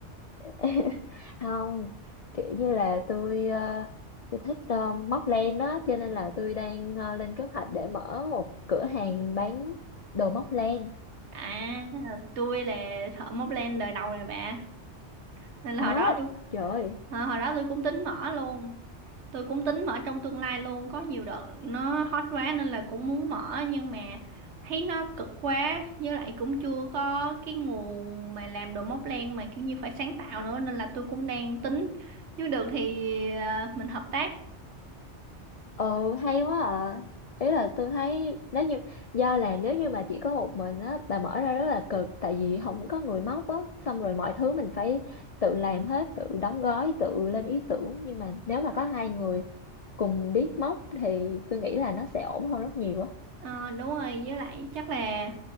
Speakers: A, on the left; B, on the right.
A: <laughs> không kiểu như là tôi ờ, tôi thích ờ, móc len đó cho nên là tôi đang ờ, lên kế hoạch để mở một cửa hàng bán đồ móc len
B: À, tôi là thợ móc len đời đầu này bà. Nên là
A: đó
B: hồi đó tôi
A: trời ơi,
B: hồi hồi đó tôi cũng tính mở luôn. Tôi cũng tính mở trong tương lai luôn, có nhiều đợt nó hot quá nên là cũng muốn mở nhưng mà thấy nó cực quá, với lại cũng chưa có cái nguồn mà làm đồ móc len mà kiểu như phải sáng tạo nữa nên là tôi cũng đang tính. Nếu được thì ờ, mình hợp tác.
A: Ừ hay quá à ý là tôi thấy nếu như do là nếu như mà chỉ có một mình á bà mở ra rất là cực tại vì không có người móc á xong rồi mọi thứ mình phải tự làm hết tự đóng gói tự lên ý tưởng nhưng mà nếu mà có hai người cùng biết móc thì tôi nghĩ là nó sẽ ổn hơn rất nhiều á
B: Ờ, đúng rồi, với lại chắc là